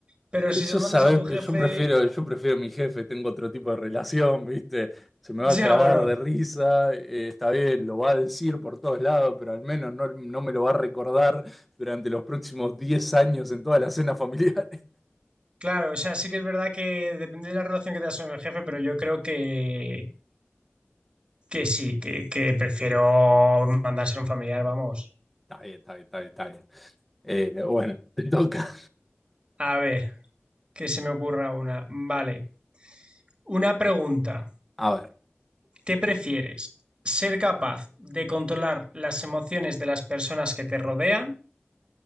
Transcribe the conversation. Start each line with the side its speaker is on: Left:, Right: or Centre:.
Right: Pero si
Centre: Yo,
Right: se lo
Centre: sabes,
Right: mandas a tu jefe,
Centre: yo prefiero, yo prefiero mi jefe, tengo otro tipo de relación, ¿viste? Se me
Right: ya
Centre: va a cagar
Right: bueno.
Centre: de risa, eh, está bien, lo va a decir por todos lados, pero al menos no, no me lo va a recordar durante los próximos diez años en toda la cena familiar. <laughs>
Right: Claro, o sea, sí que es verdad que depende de la relación que tengas con el jefe, pero yo creo que Que sí, que, que prefiero mandarse a un familiar, vamos.
Centre: Está bien, está bien, está bien, está bien. Eh, bueno, te toca.
Right: A ver, que se me ocurra una. Vale, una pregunta.
Centre: A ver,
Right: ¿Qué prefieres? ¿Ser capaz de controlar las emociones de las personas que te rodean